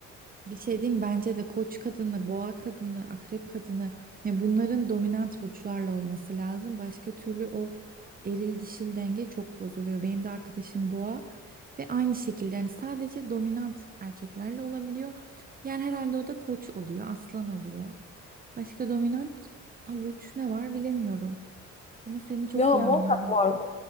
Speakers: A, on the right (about 30°); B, on the left (about 20°).
A: Bir şey diyeyim bence de koç kadını, boğa kadını, akrep kadını ya bunların dominant burçlarla olması lazım. Başka türlü o eril dişil denge çok bozuluyor. Benim de arkadaşım boğa ve aynı şekilde yani sadece dominant erkeklerle olabiliyor. Yani herhalde o da koç oluyor, aslan oluyor. Başka dominant ha, burç ne var bilemiyorum. Ama seni çok
B: Ya
A: iyi
B: muhakkak
A: anlıyorum.
B: vardı.